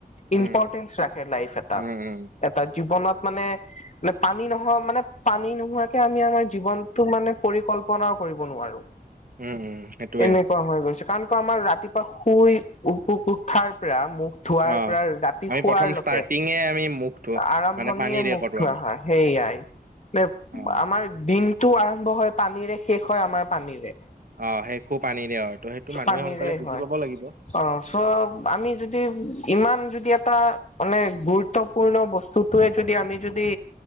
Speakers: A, on the right; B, on the left.
A: উম,
B: ইম্পৰটেঞ্চ ৰাখে লাইফ এটাত
A: উম, উম,
B: এটা জীৱনত মানে পানী নহও মানে পানী নোহোৱাকেও আমি আমাৰ জীৱনতটো মানে পৰিকল্পনা কৰিব নোৱাৰো
A: উম, উম, সেইটোৱে
B: এনেকুৱা হৈ গৈছে কাৰণ পুৱা আমাৰ ৰাতিপুৱা শুই উ উ উঠাৰ প্ৰৰা মুখ ধোৱাৰ
A: অ',
B: পৰা ৰাতি
A: আমি
B: শুৱাৰ
A: প্ৰথম
B: লকে
A: ষ্টাৰ্টিঙে আমি মুখটো
B: আৰম্ভণিয়ে
A: মানে পানীৰে
B: মুখ
A: কৰো
B: ধোৱা
A: আমি
B: হয় সেই য়াই, নে
A: অ',
B: আমাৰ দিনটো আৰম্ভ হয় পানীৰে, শেষ হয় আমাৰ পানীৰে।
A: অ শেষো পানীৰে হয়। ত' সেইটো মানুহে
B: পানীৰে
A: সোনকালে বুজি
B: হয়
A: পাব লাগিব।
B: অ চব আমি যদি ইমান যদি এটা মানে গুৰুত্বপূৰ্ণ বস্তুটোয়ে যদি আমি যদি